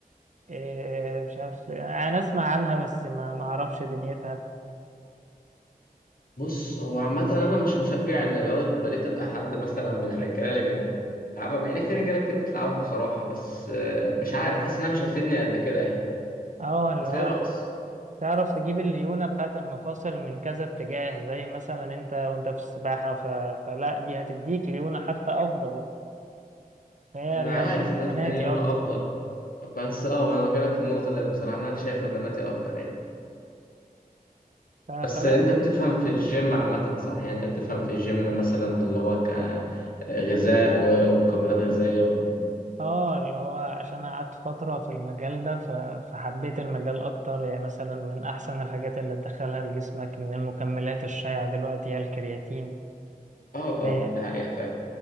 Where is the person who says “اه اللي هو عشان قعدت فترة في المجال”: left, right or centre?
Right